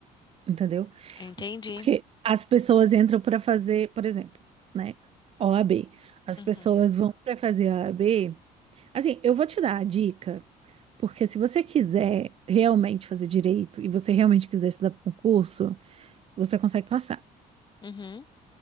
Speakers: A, on the right (about 40°); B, on the left (about 30°).
A: entendeu?
B: entendi.
A: Porque as pessoas entram para fazer, por exemplo, né? OAB. As
B: Uhum,
A: pessoas vão para fazer a OAB. Assim, eu vou te dar a dica, porque se você quiser realmente fazer direito e você realmente quiser estudar para concurso, você consegue passar.
B: uhum,